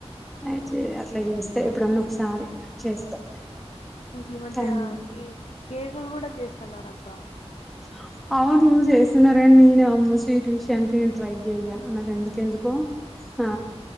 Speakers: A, in the centre; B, on the left.
A: అయి చే అట్లా చేస్తే ఎప్పుడన్న ఒకసారి చేస్తా
B: ఇంకి మధ్య
A: టైం ఉం
B: ఈ కేకులు కూడా చేస్తున్నారు అబ్బా
A: <inaudible> అవును చేస్తున్నారు కానీ నేను అమ్మో స్వీట్ విషయానికి నేను ట్రై చెయ్యా నాకు ఎందుకు ఎందుకో ఆ